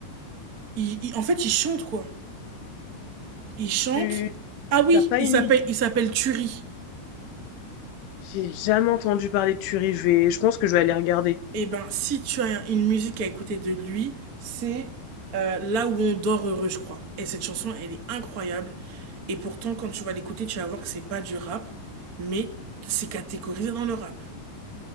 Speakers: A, on the right (about 65°); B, on the left (about 80°).
A: il, il- en fait il chante quoi. Il chante.
B: Tu
A: Ah oui,
B: t'as pas
A: il
B: une
A: s'appelle
B: idée?
A: il s'appelle
B: de-
A: Turi.
B: J'ai jamais entendu parler de Turi, je vais je pense que je vais aller regarder.
A: Eh ben si tu as une musique à écouter de lui, c'est euh, Là où on dort heureux, je crois. Et cette chanson, elle est incroyable. Et pourtant, quand tu vas l'écouter, tu vas voir que c'est pas du rap, mais c'est catégorisé dans le rap.